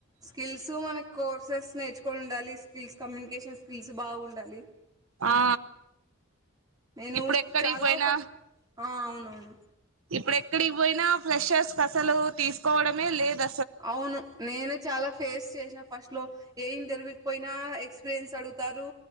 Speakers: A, on the right; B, on the right.
A: స్కిల్స్ మనకు కో సక్సెస్ నేర్చుకోనుండాలి స్కిల్స్ కమ్యూనికేషన్ స్కిల్స్ బాగుండాలి
B: ఆ
A: నేను
B: ఇప్పుడు ఎక్కడికి
A: చాలా
B: పోయిన
A: ఒక ఆ అవునవును
B: ఇప్పుడు ఎక్కడికి పోయినా ఫ్లేషర్స్ కు అసలు తీసుకోవడమే లేద
A: అవును నేను చాల ఫేస్ చేసిన ఫస్ట్ లో ఏ ఇంటర్వ్యూ కు పోయినా ఎక్స్పీరియన్స్ అడుగుతారు